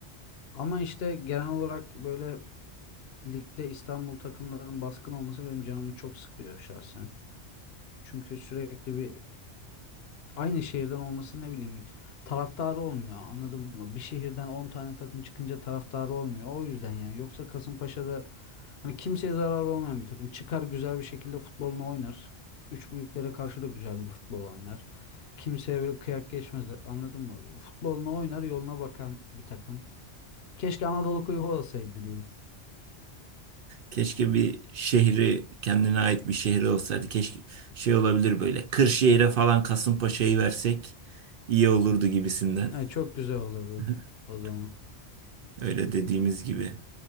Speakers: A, on the left; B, on the right.
A: Ama işte genel olarak böyle ligde İstanbul takımlarının baskın olması benim canımı çok sıkıyor şahsen. Çünkü sürekli bir aynı şehirden olması ne bileyim taraftarı olmuyor anladın mı? Bir şehirden 10 tane takım çıkınca taraftarı olmuyor. O yüzden yani yoksa Kasımpaşa'da hani kimseye zararı olmayan bir takım çıkar güzel bir şekilde futbolunu oynar. Üç büyüklere karşı da güzel bir futbol oynar. Kimseye böyle kıyak geçmez anladın mı? Futbolunu oynar yoluna bakan bir takım. Keşke Anadolu Kulübü olsaydı diyeyim.
B: Keşke bir şehri kendine ait bir şehri olsaydı. Keşke şey olabilir böyle. Kırşehir'e falan Kasımpaşa'yı versek iyi olurdu gibisinden.
A: Evet, çok güzel olurdu
B: <laughs>
A: o zaman.
B: Öyle dediğimiz gibi.